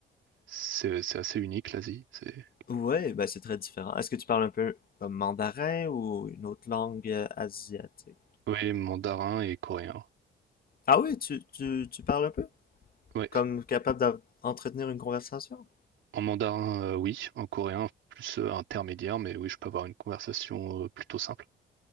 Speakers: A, on the right; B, on the left.
A: C'est c'est assez unique, l'Asie. C'est
B: Ouais, ben c'est très différent. Est-ce que tu parles un peu comme mandarin ou une autre langue euh, asiatique?
A: oui, mandarin et coréen.
B: Ah oui, tu, tu, tu parles un peu?
A: Oui,
B: Comme capable d'av- d'entretenir une conversation?
A: En mandarin, euh, oui. En coréen, plus euh, intermédiaire, mais oui, je peux avoir une conversation euh, plutôt simple.